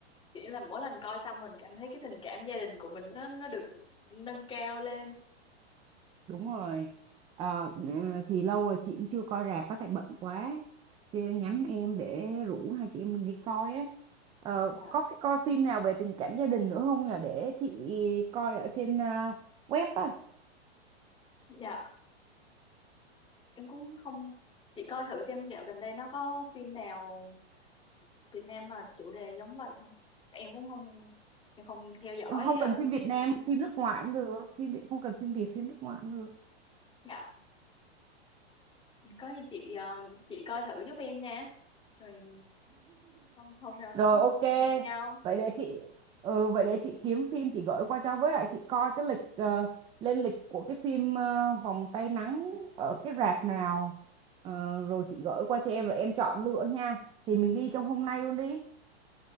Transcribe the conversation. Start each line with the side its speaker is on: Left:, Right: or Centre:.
Left: kiểu như là mỗi lần coi xong mình cảm thấy cái tình cảm gia đình của mình nó nó được nâng cao lên.
Right: đúng rồi Ờ, thì lâu rồi chị cũng chưa coi rạp á tại bận quá chị nhắm em để rủ hai chị em mình đi coi á Ờ,
Left: Dạ.
Right: có cái coi phim nào về tình cảm gia đình nữa không nhỉ để chị coi ở trên à, web á
Left: Dạ, em cũng không chị coi thử xem dạo gần đây nó có phim nào Việt Nam mà chủ đề giống vậy không em cũng không em không theo dõi
Right: không cần
Left: ờ,
Right: phim
Left: cái
Right: Việt
Left: lịch
Right: Nam
Left: trình
Right: phim nước ngoài cũng được phim Việt không cần phim Việt phim nước ngoài cũng được
Left: dạ có gì chị ờ, chị coi thử giúp em nha rồi không không nào nó
Right: Rồi
Left: <laughs>
Right: ok.
Left: hẹn nhau
Right: Vậy để chị ừ, vậy để chị kiếm phim chị gửi qua cho với lại chị coi cái lịch ờ, lên lịch của cái phim ờ, Vòng tay nắng ở cái rạp nào Ờ, rồi chị gửi qua cho em rồi em chọn lựa nha. Thì mình đi trong hôm nay luôn đi.